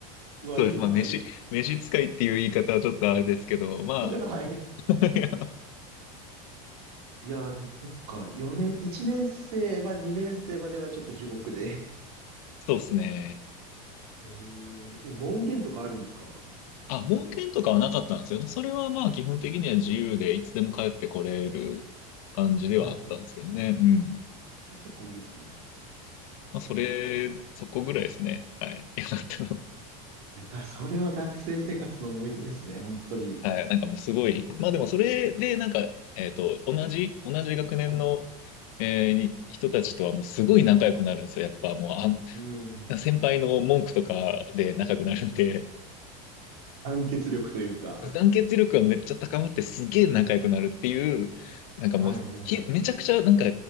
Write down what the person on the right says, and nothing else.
うわ、
いいな。
<laughs> はい。
い
やー、でもそっか。4年、1年生は2年生まではちょっと地獄で。
えー、え、門限とかあるんですかは
いはいはい。
あ結構いいですね。
えー、
いや、がそれは学生生活の思い出ですね、本当に。
はい。
うん。
団結力というか。
はいはいはい。